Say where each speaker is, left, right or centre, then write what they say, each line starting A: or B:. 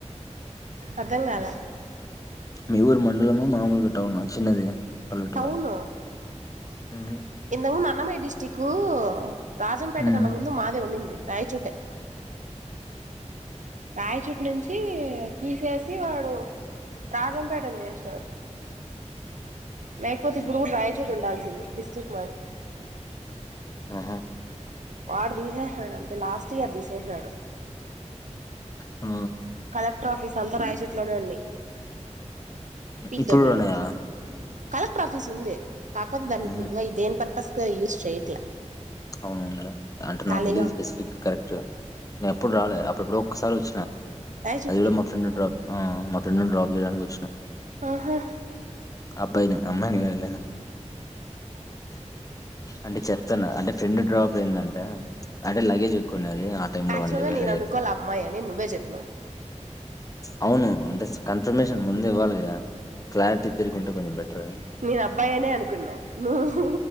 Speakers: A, on the right (about 85°); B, on the left (about 30°).
A: అర్థం కాల
B: మీ ఊరు మండలమా మామూలుగా టౌనా చిన్నది పల్లెటూరా
A: టౌను
B: ఉమ్
A: ఇందము మనమే డిస్ ఇటికు రాజంపేట
B: ఉమ్
A: కన్నా ముందు మాదే ఉండింది రాయిచూటే రాయిచుటు నుంచి తీసేసి వాడు రాజంపేట ని చేసినారు లేకపోతే ఇప్పుడు కూడా రాయచోటు ఉండాల్సింది డిస్టిక్ మాది
B: ఆహా
A: వాడు తీసేసినాడు అంతే లాస్ట్ ఇయర్ తీసేసినాడు
B: ఆ
A: కలెక్టర్ ఆఫీస్ అంతా రాయచుట్లోనే ఉన్నాయి పీక్
B: ఇప్పుడు
A: దొబ్బినాడు
B: కూడా ఉన్నాయా
A: కలెక్టర్ ఆఫీస్ ఉంది కాకపోతే దాన్ని ఇప్పుడు
B: ఉహు
A: కానీ దాన్ని దేని పర్పస్గా యూస్ చేయట్లే
B: అవునవులే అంటే నాకు
A: ఖాళీగా
B: తెలీయదు స్పెసిఫిక్గా కరెక్ట్ నేను ఎప్పుడు రాలదు అప్పుడు ఎప్పుడో ఒక్కసారి వచ్చిన
A: రాయచోటికి
B: అది కూడా మా ఫ్రెండ్డ్రాప్ మా ఫ్రెండును డ్రాప్ చేయడానికి వచ్చినా
A: ఆహా
B: అబ్బాయిని అమ్మయిని కాదులే అంటే చెప్తున్నా అంటే ఫ్రెండ్ డ్రాప్ అయింది అంటే అంటే లగేజ్ ఎక్కువ ఉన్నది ఆ టైమ్
A: యాక్చువల్
B: లో వాంది
A: గా
B: వేరే
A: నేను అనుకోలే అమ్మాయి అని నువ్వే చెప్పినావు
B: అవును అంటే కన్ఫర్మేషన్ ముందు ఇవ్వాలి కదా క్లారిటీ తిరిగి ఉంటే బెటర్ అని.
A: నేను అబ్బాయినే అనుకున్నా నువ్